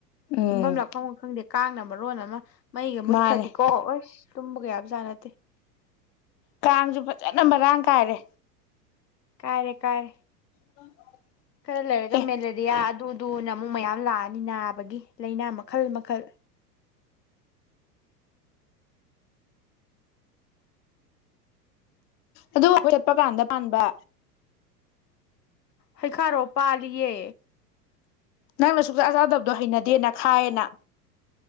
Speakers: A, on the left; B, on the left.
A: ꯎꯝ
B: ꯇꯨꯝꯕꯝ ꯂꯥꯛꯐꯝꯒ ꯈꯪꯗꯦ꯫ ꯀꯥꯡꯅ ꯃꯔꯣꯟ ꯑꯃ ꯃꯩꯒ ꯃꯨꯠꯈ꯭ꯔꯗꯤꯀꯣ
A: ꯃꯥꯅꯦ
B: ꯑꯁ ꯇꯨꯝꯕꯒ ꯌꯥꯕꯖꯥꯠ ꯅꯠꯇꯦ
A: ꯀꯥꯡꯁꯨ ꯐꯖꯅ ꯃꯔꯥꯡ ꯀꯥꯏꯔꯦ
B: ꯀꯥꯏꯔꯦ ꯀꯥꯏꯔꯦ
A: <inaudible>
B: ꯈꯔ ꯂꯩꯔꯒ
A: ꯑꯦ
B: ꯃꯦꯂꯔꯤꯌꯥ ꯑꯗꯨꯗꯨꯅ ꯑꯃꯨꯛ ꯃꯌꯥꯝ ꯂꯥꯛꯑꯅꯤ ꯅꯥꯕꯒꯤ ꯂꯩꯅꯥ ꯃꯈꯜ ꯃꯈꯜ
A: ꯑꯗꯨ ꯆꯠꯄ ꯀꯥꯟꯗ ꯄꯥꯟꯕ
B: ꯍꯩꯈꯥꯔꯣ ꯄꯥꯜꯂꯤꯌꯦ
A: ꯅꯪꯅ ꯁꯨꯡꯆꯥ ꯆꯥꯗꯕꯗꯣ ꯍꯩꯅꯗꯦꯅ ꯈꯥꯏꯌꯦꯅ